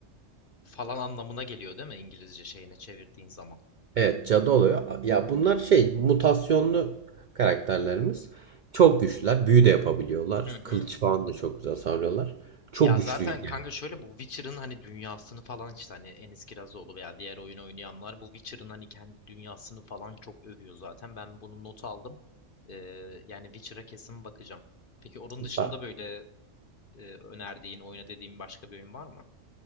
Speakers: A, on the left; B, on the right.
A: falan anlamına geliyor değil mi İngilizce şeyine çevirdiğin zaman?
B: Evet cadı oluyor. Ya bunlar şey mutasyonlu karakterlerimiz. Çok güçlüler. Büyü de yapabiliyorlar.
A: Hı hı.
B: Kılıç falan da çok güzel savuruyorlar. Çok
A: Ya
B: güçlüydü
A: zaten kanka
B: yani.
A: şöyle bu Witcher'ın hani dünyasını falan işte hani Enis Kirazoğlu veya diğer oyun oynayanlar bu Witcher'ın hani kendi dünyasını falan çok övüyor zaten. Ben bunu not aldım. Ee, yani Witcher'a kesin bakacağım. Peki onun
B: Bak,
A: dışında böyle e, önerdiğin, oyna dediğin başka bir oyun var mı?